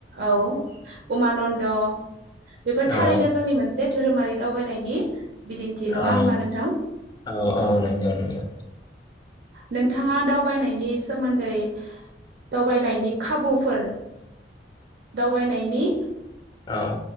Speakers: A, on the right (about 60°); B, on the left (about 25°).
A: औ उमानद द' बेफोर
B: औ
A: थारैनो जोंनि मोनसे। धोरोमारि दावबायनायनि। बिदिन्थि नङा
B: औ
A: होमबा नोंथां
B: औ औ नंगौ नंगौ
A: नोंथाङा दावबायनायनि सोमोन्दै दावबायनायनि खाबुफोर दावबायनायनि
B: औ